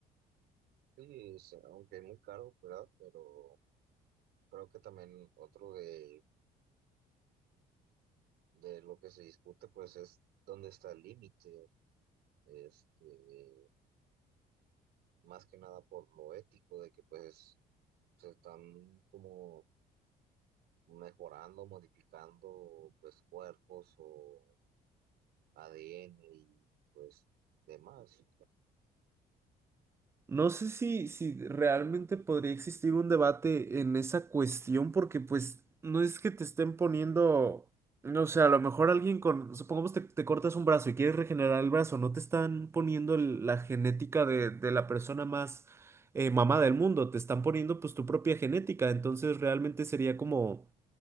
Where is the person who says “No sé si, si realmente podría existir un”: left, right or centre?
Right